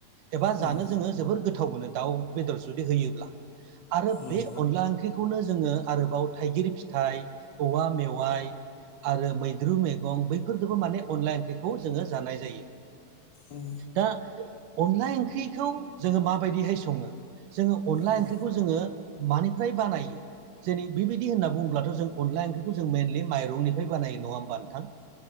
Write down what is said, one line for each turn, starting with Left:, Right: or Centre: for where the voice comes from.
Right: एबा जानो
Left: उम
Right: जोङो जोबोर गोथाव मोनो दाउ बेदर जुदि होयोब्ला आरो
Left: उम
Right: बे अनला ओंख्रिखौनो जोङो आरोबाव थाइगिर फिथाइ औवा मेवाइ आरो मैद्रु मेगं बैफोरदोबो माने अनला ओंख्रिखौ जोङो जानाय जायो
Left: उम
Right: दा अनला ओंख्रिखौ जोङो माबायदिहाय सङो जोङो अनला
Left: उम
Right: ओंख्रिखौ जोङो मानिफ्राय बानायो जेनि बेबायदि होनना बुंङोब्लाथ' जों अनला ओंख्रिखौ जों मेइनलि माइरंनिफ्राय बानायो नङा होमबा नोंथां